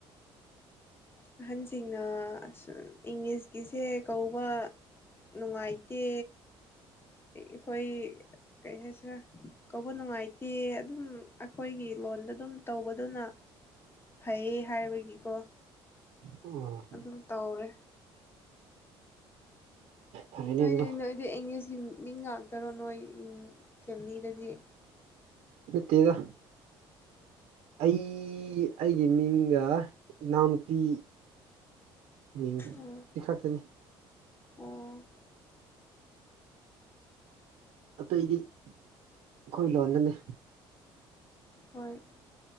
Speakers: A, on the left; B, on the right.
A: ꯑꯍꯟꯁꯤꯡꯅ ꯑ ꯏꯪꯂꯤꯁꯀꯤꯁꯦ ꯀꯧꯕ ꯅꯨꯡꯉꯥꯏꯇꯦ ꯑꯩꯈꫭꯏ ꯀꯩ ꯍꯥꯏꯁꯦ ꯀꯧꯕ ꯅꯨꯡꯉꯥꯏꯇꯦ ꯑꯗꯨꯝ ꯑꯩꯈꯣꯏꯒꯤ ꯂꯣꯟꯗ ꯑꯗꯨꯝ ꯇꯧꯕꯗꯨꯅ ꯐꯩꯌꯦ ꯍꯥꯏꯕꯒꯤꯀꯣ
B: ꯎꯝ
A: ꯑꯗꯨꯝ ꯇꯧꯔꯦ
B: ꯐꯔꯦꯅꯦ
A: ꯅꯣꯏꯗꯤ
B: ꯑꯗꯨꯗꯣ
A: ꯅꯣꯏꯗꯤ ꯏꯡꯂꯤꯁꯀꯤ ꯃꯤ ꯉꯥꯛꯇꯔꯣ ꯅꯣꯏ ꯐꯦꯃꯤꯂꯤꯗꯗꯤ
B: ꯅꯠꯇꯦ ꯗ ꯑꯩ ꯑꯩꯒꯤ ꯃꯤꯡꯒ ꯏꯅꯥꯎꯅꯨꯄꯤ ꯃꯤꯡ
A: ꯑꯣ
B: ꯏꯊꯛꯇꯅꯦ
A: ꯑꯣ
B: ꯑꯇꯩꯗꯤ ꯑꯩꯈꯣꯏ ꯂꯣꯟꯗꯅꯦ
A: ꯍꯣꯏ